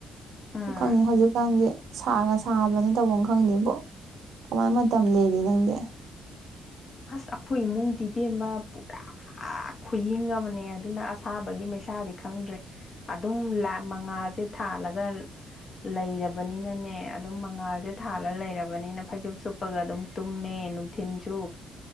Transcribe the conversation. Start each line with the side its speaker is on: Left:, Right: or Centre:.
Left: ꯎꯝ
Right: ꯑꯗꯨ ꯈꯪꯗꯦ ꯍꯧꯖꯤꯛꯀꯥꯟꯁꯦ ꯁꯥꯒ ꯁꯥꯕꯅꯦ ꯇꯧꯕꯝ ꯈꯪꯗꯦꯕꯣ ꯀꯃꯥꯏ ꯃꯇꯝ ꯂꯦꯟꯂꯤ ꯅꯪꯗꯤ
Left: ꯑꯁ ꯑꯩꯈꯣꯏ ꯏꯃꯨꯡꯗꯤ ꯇꯤꯕꯦꯝꯃ ꯄꯨꯔꯥ ꯈꯨꯏꯪ ꯑꯃꯅꯦ ꯑꯗꯨꯅ ꯑꯁꯥꯕꯒꯤ ꯃꯩꯁꯥꯗꯤ ꯈꯪꯗ꯭ꯔꯦ ꯑꯗꯨꯝ ꯂꯥꯞ ꯃꯉꯥꯜꯁꯦ ꯊꯥꯜꯂꯒ ꯂꯩꯔꯕꯅꯤꯅꯅꯦ ꯑꯗꯨꯝ ꯃꯉꯥꯜꯁꯦ ꯊꯥꯜꯂ ꯂꯩꯔꯕꯅꯤꯅ ꯐꯩꯖꯨꯞ ꯁꯨꯞꯄꯒ ꯑꯗꯨꯝ ꯇꯨꯝꯃꯦ ꯅꯨꯡꯊꯤꯟꯁꯨ